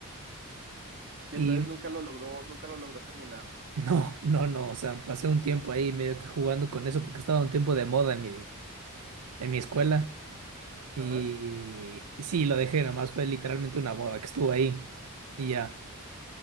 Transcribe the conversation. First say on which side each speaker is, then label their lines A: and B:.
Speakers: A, on the right; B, on the right.
A: Y
B: Y
A: entonces nunca lo logró, nunca lo logró terminar.
B: <laughs> no, no, no. O sea, pasé un tiempo ahí medio que jugando con eso, porque estaba un tiempo de moda en mi, en mi escuela. Y
A: Ajá,
B: sí, lo dejé, nomás fue literalmente una moda que estuvo ahí. Y ya.